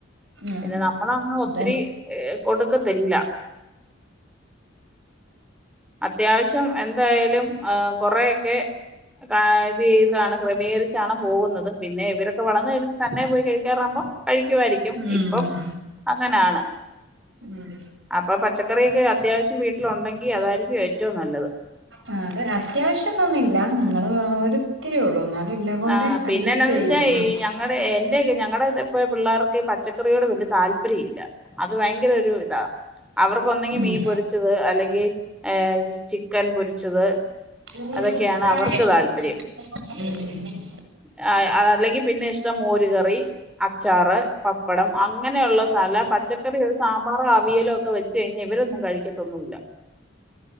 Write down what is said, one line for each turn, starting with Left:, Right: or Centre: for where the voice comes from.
Right: ഉം
Centre: പിന്നെ ന മ്മളങ് ഒത്തിരി
Right: അതന്നെ
Centre: കൊടുക്കത്തില്ല അത്യാവശ്യം എന്തായാലും ഏഹ് കൊറെക്കെ ഏഹ് ഇത് ഇതാണ് ക്രമീകരിച്ചാണ് പോകുന്ന പിന്നെ ഇവരൊക്കെ വളർന്ന കഴിഞ്ഞൽ തന്നെ പോയി കഴിക്കാറാവുമ്പോം കഴിക്കുമായിരിക്കും
Right: ഉം
Centre: ഇപ്പം അങ്ങനെയാണ്
Right: ഉം
Centre: അപ്പൊ പച്ചക്കറിയൊക്കെ അത്യാവശ്യം വീട്ടിലുണ്ടെങ്കി അതായിരിക്കും ഏറ്റവും നല്ലത്
Right: ആ അത് അത്യാവശ്യംന്നൊന്നില്ല നിങ്ങള് ഒരിത്തിരി ഉള്ളൂ ഇല്ല കൊണ്ട്
Centre: ആഹ്
Right: അഡ്ജസ്റ്റ്
Centre: പിന്നെന്താന്ന്
Right: ചെയ്യും
Centre: വെച്ചാ
Right: ഉം
Centre: ഈ ഞങ്ങളടെ എന്റെയൊക്കെ ഞങ്ങടെ പിള്ളേർക്ക് പച്ചക്കറിയോട് വലിയ താല്പര്യം ഇല്ല അത് ഭയങ്കര ഒരു ഇതാ അവർക്കൊന്നെങ്കി മീൻ
Right: ഉം
Centre: പൊരിച്ചത് അല്ലെങ്കിൽ ഏർ ചിക്കൻ പൊരിച്ചത്
Right: ഉം
Centre: അതൊക്കെയാണ് അവർക്ക് താല്പര്യം <unintelligible> അല്ലെങ്കിൽ പിന്നെ ഇഷ്ടം മോരു കറി, അച്ചാറ് പപ്പടം അങ്ങനെയുള്ള സല പച്ചക്കറി ഒരു സാമ്പാറോ അവിയലോ ഒക്കെ വെച്ച് കഴിഞ്ഞ ഇവരൊന്നും കഴിക്കത്തൊന്നുമില്ല.